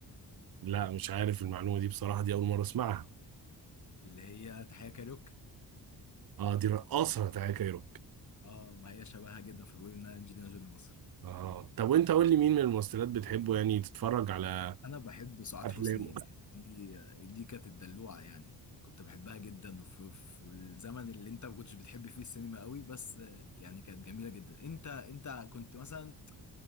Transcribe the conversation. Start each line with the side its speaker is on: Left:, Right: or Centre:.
Right: لا مش عارف المعلومة دي بصراحة دي أول مرة أسمعها
Left: اللي هي تحية كاريوك
Right: اه دي رقاصة تاكا كايروكي
Left: اه ما هي شبهها جدا فبيقولوا انها انجلينا جولي مصر
Right: اه طب وانت قول لي مين من الممثلات بتحبه يعني تتفرج على
Left: انا بحب سعاد
Right: افلامه
Left: حسني دي دي كانت الدلوعه يعني كنت بحبها جدا في في الزمن اللي انت ما كنتش بتحب فيه السينما قوي بس يعني كانت جميله جدا انت انت كنت مثلا